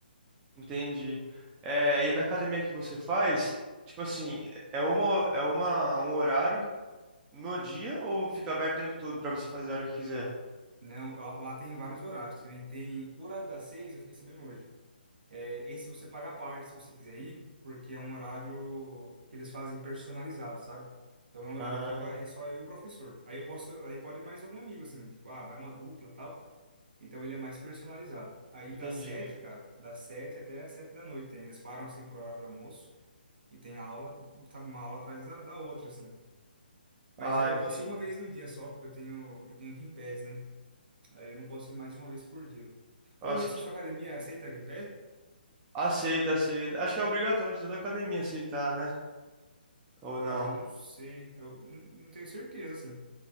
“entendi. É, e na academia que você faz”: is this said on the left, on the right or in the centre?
Right